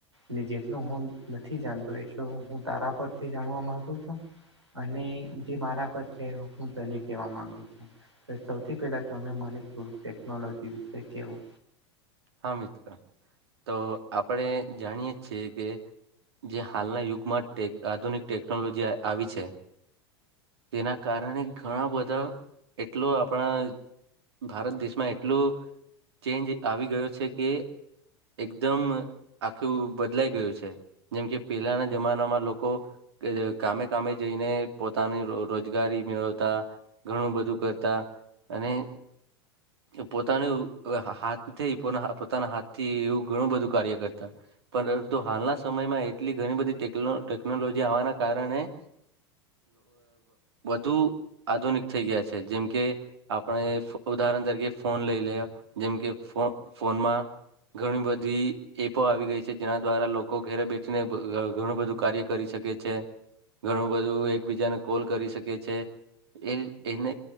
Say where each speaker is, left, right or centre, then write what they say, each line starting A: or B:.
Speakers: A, on the right; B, on the right.
A: ને જેટ. એટ હું નથી જાણતો એટલ હું તારા પરથી જાણવા મામાંગુ છું. અને જે મારા પર છે હું તને કેવા માંગુ છું. સૌથી પહેલા તમે મને થોડુંક ટેકનોલોજી વિશે કેવો.
B: હા મિત્ર તો આપણેે જાણીય છીએ કે. જે હાલના યુગમાં આધુનિક ટેકનોલોજી આવી છે. તેના કારણે ઘણા બધા એટલો આપણા. ભારત દેશમાં એટલો ચેન્જ આવી ગયો છે કે. એકદમ આખું બદલાઈ ગયું છે જેમ કે પેલાના જમાનામાં લોકો. કે કામે કામે જઈને પોતાની રોજગારી મેળવતા ઘણું બધું કરતા અને પોતાનું હાથથી પોતાના હાથ થી એવું ઘણું બધું કાર્ય કરતા પરંતુ હાલના સમયમાં એટલી ઘણી બધીટે ટેકનોલોજી આવવાના કારણે વધુ આધુનિક થઈ ગયા છે જેમ કે આપણે ઉદાહરણ તરીકે ફોન લઈ લે જેમ કે ફોનમાં ઘણી બધી એપો આવી ગઈ છે જેના દ્વારા લોકો ઘેરે બેઠીને ઘણું બધું કાર્ય કરી શકે છે ઘણું બધું એકબીજાને કોલ કરી શકે છે એ એને